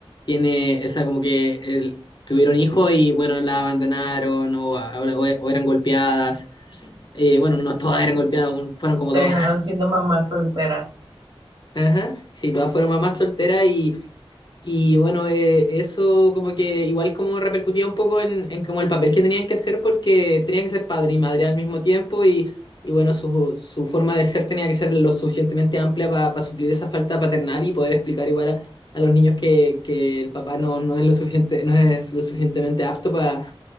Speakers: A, on the left; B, on the right.
A: tiene esa como que el- tuvieron hijos y bueno, la abandonaron o, o- o eran golpeadas. Eh, bueno, no todas eran golpeadas, un- fueron como
B: Terminaron
A: dos.
B: siendo mamás solteras.
A: <laughs> Ajá. Sí, todas fueron mamás solteras y Y bueno, eh, eso como que igual como repercutía un poco en, en como el papel que tenían que hacer porque tenían que ser padre y madre al mismo tiempo y, y bueno, su, su forma de ser tenía que ser lo suficientemente amplia para suplir esa falta paternal y poder explicar igual a, a los niños que, que el papá no, no es lo suficiente, no es lo suficientemente apto pa-